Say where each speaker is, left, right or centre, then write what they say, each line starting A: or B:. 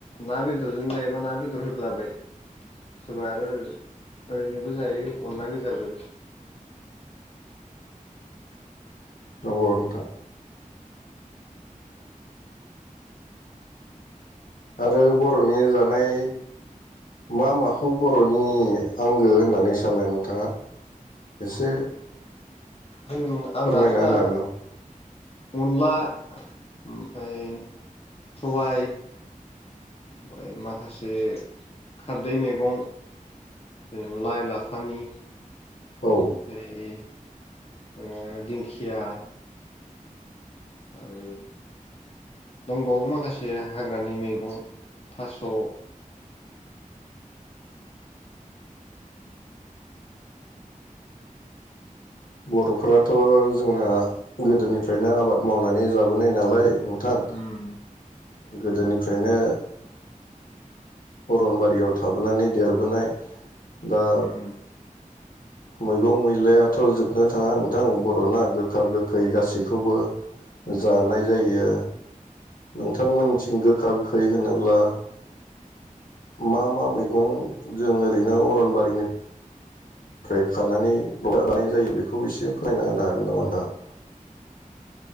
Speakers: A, on the left; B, on the left.
A: ना बेदरजों जायोबा ना बेदर होदलाबाय सोरबा आरो ओरैनोबो जायो अनला गोजाबो।
B: नंगौ नोंथां आरो बर'नि जानाय मा माखौ बर'नि आंगो होननानै सानो नोंथाङा एसे
A: जों
B: फोरमायना
A: आंनाथ' दा
B: होनो हागोन नामा
A: अनला ओमफाय सबाय ओमफाय माखासे खारदै मेगं जेन लाइ लाफानि
B: औ
A: ओमफ्राय इदिनो दिंखिया आरो दंबावो माखासे हाग्रानि मैगं थास'
B: बर'फोराथ' जोंना गोदोनिफ्रायनो आबाद मावनानै जाबोनाय नालाय नोंथां
A: उम
B: गोदोनिफ्रायनो अरनबारियाव थाबोनानै देरबोनाय दा
A: उम
B: मैगं मैलायाथ' जोबनो थाङा नोंथां बर थला गोखा,
A: उम
B: गोखै गासै खौबो जानाय
A: उम
B: जायो। नोंथांमोननिथिं गोखा गोखै होनोब्ला मा मा मैगं जों ओरैनो अ अरन बारिनो होखानानै <unintelligible> जानाय जायो बेखौ एसे फोरोनना होनो हागोन। नामा नोंथाङा।